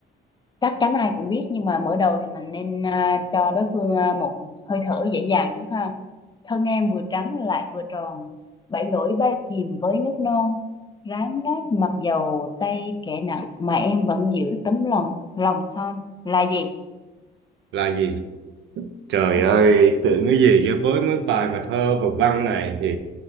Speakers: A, on the left (about 20°); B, on the right (about 70°).
A: chắc chắn ai cũng biết nhưng mà mở đầu thì mình nên à, cho đối phương à, một hơi thở dễ dàng chút ha thân em vừa trắng lại vừa tròn bảy nổi ba chìm với nước non rám nát mặc dầu tay kẻ nặng mà em vẫn giữ tấm lòng lòng son là gì
B: là gì trời
A: ừ.
B: ơi tưởng cái gì chứ với mấy bài mà thơ và văn này thì